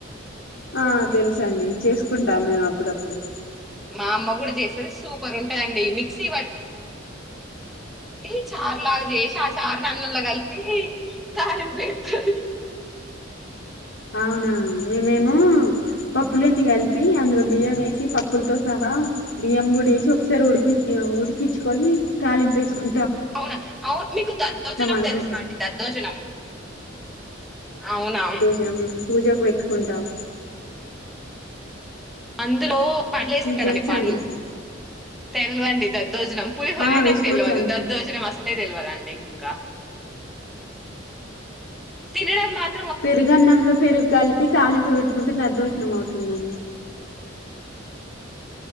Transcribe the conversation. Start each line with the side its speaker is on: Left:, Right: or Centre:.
Left: ఆ తెలుసు అండి చేసుకుంటాం మేము అప్పుడప్పుడు
Centre: మా అమ్మ గుడా చేసేది సూపర్ ఉంటాది అండి మిక్సీ వట్ ఏ చారులాగా చేసి ఆ చారుని అన్నంలో కలిపి తాలింపు ఎత్తది
Left: అవునా మేమేమో పప్పులు అన్ని కలిపి అందులో బియ్యం వేసి పప్పులతో సహా బియ్యం గూడా వేసి ఒకసారి ఉడిపి ఉడికిచ్చుకొని తాలింపు ఎసుకొ
Centre: అవునా అవు మీకు దద్దోజనం
Left: అనుకుంటాం
Centre: తెలుసా అండి దద్దోజనం అవునా
Left: జామ్ మేము పూజకు పెట్టుకుంటాం
Centre: అందులో పండ్లు ఏసుకుంటారండి
Left: మీకు తెలుసా
Centre: పండ్లు
Left: అండి
Centre: తెల్వంది దట్ దోజనం పులిహోర
Left: ఆ వేసుకోవచ్చండి
Centre: నాక్ తెలవదు దద్దోజనం అస్ అసలే తెలవదు అండీ ఇంకా తినడం మాత్
Left: పెరుగన్నంలో పెరుగు కలిపి తాలింపు పెట్టుకుంటే దద్దోజ నం అవుతుందండి